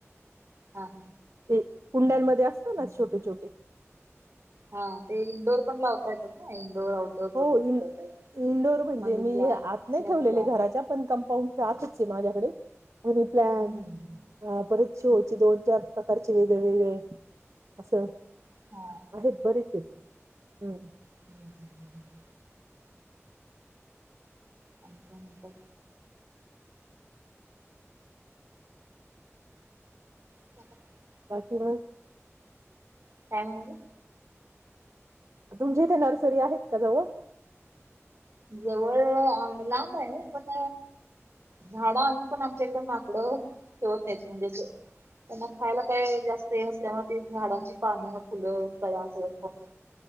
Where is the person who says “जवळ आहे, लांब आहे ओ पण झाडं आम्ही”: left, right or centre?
Right